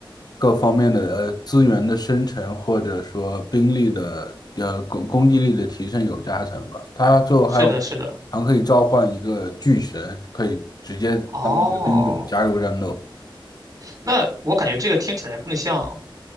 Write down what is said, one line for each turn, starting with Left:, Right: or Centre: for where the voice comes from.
Left: 各方面的呃资源的生成，或者说兵力的呃攻攻击力的提升有加成吧。它最后还有
Right: 是的，是的，
Left: 还可以召唤一个巨神，可以直接当一个兵种加入战斗。
Right: 哦，那我感觉这个听起来更像，